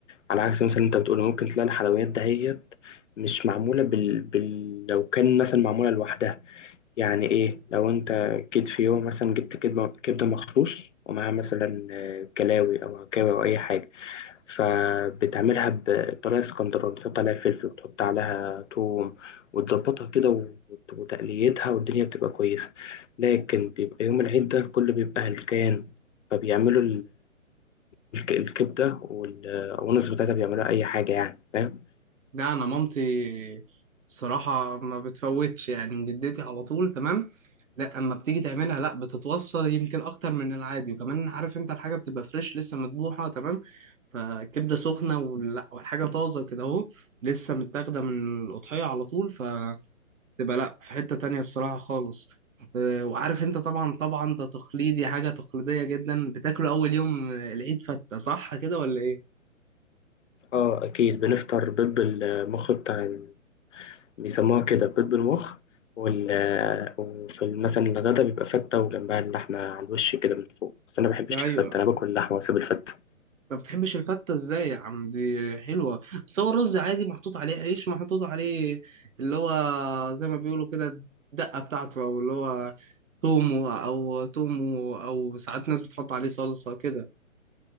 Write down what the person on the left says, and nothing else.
على عكس مثلا انت بتقول ممكن تلاقي الحلويات دهيت مش معمولة بال... بال... لو كان مثلا معمولة لوحدها يعني ايه لو انت كيد في يوم مثلا جبت كبدة كبدة مخروص ومعاها مثلا آه، كلاوي او عكاوي او اي حاجة فبتعملها بطريقة اسكندراني تحط عليها فلفل وتحط عليها توم وتظبطها كده وت- وتقليتها والدنيا بتبقى كويسة لكن بيبقى يوم العيد ده كله بيبقى هلكان فبيعملوا الك- الكبدة والأونس بتاعتها بيعملوها أي حاجة يعني فاهم؟
آه أكيد بنفطر بيض بالمخ بتاع ال- بيسموها كده بيض بالمخ وال... وفي مثلا الغدا بيبقى فتة وجنبها اللحمة على الوش كده من فوق بس أنا ما بحبش
الفتة أنا باكل اللحمة وأسيب الفتة